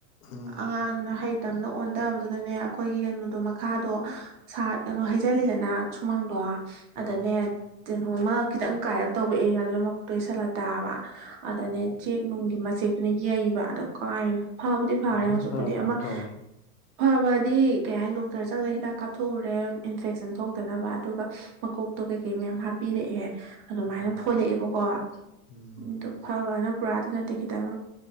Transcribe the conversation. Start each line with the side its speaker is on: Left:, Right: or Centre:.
Left: ꯎꯝ
Right: ꯑꯉꯥꯡꯅ ꯍꯩ ꯇꯝꯅ ꯑꯣꯟꯊꯕꯗꯨꯗꯅꯦ ꯑꯩꯈꯣꯏꯒꯤ ꯀꯩꯅꯣꯗꯣ ꯃꯈꯥꯗꯣ ꯁꯥꯠ ꯀꯩꯅꯣ ꯍꯩꯖꯤꯜꯂꯤꯗꯅ ꯁꯨꯃꯥꯡꯗꯣ ꯑꯗꯅꯦ
Left: ꯎꯝ
Right: ꯀꯩꯅꯣꯝꯃ ꯈꯤꯇꯪ ꯀꯥꯏꯔꯞ ꯇꯧꯕ ꯑꯦꯔꯤꯌꯥꯗꯨꯗ ꯃꯀꯣꯛꯇꯣ ꯌꯩꯁꯜꯂ ꯇꯥꯕ ꯑꯗꯅꯦ
Left: ꯎꯝ
Right: ꯅꯨꯡꯒꯤ ꯃꯆꯦꯛꯇꯨꯅ ꯌꯩꯕ ꯑꯗꯣ ꯀꯥꯏꯔ ꯐꯕꯨꯗꯤ ꯐꯔꯦ
Left: ꯍꯧꯖꯤꯛ
Right: ꯍꯧꯖꯤꯛꯄꯨꯗꯤ
Left: ꯐꯔꯕ
Right: ꯑꯃ
Left: ꯅꯠꯇ꯭ꯔꯣ
Right: ꯐꯕꯗꯤ ꯀꯩ ꯍꯥꯏꯅꯤ ꯗꯣꯛꯇꯔ ꯆꯠꯂꯒ ꯍꯤꯗꯥꯛ ꯀꯥꯞꯊꯣꯛꯎꯔꯦ ꯏꯟꯐꯦꯛꯁꯟ ꯊꯣꯛꯇꯅꯕ ꯑꯗꯨꯒ ꯃꯀꯣꯛꯇꯣ ꯀꯩꯀꯩ ꯃꯌꯥꯝ ꯍꯥꯞꯄꯤꯔꯛꯑꯦ ꯑꯗꯨꯃꯥꯏꯅ
Left: ꯎꯝ
Right: ꯐꯣꯠꯂꯛꯑꯦꯕꯀꯣ ꯑꯗꯨꯣ
Left: ꯎꯝ
Right: ꯐꯕꯅ ꯄꯨꯔꯥꯗꯤ ꯅꯠꯇꯦ ꯈꯤꯇꯪ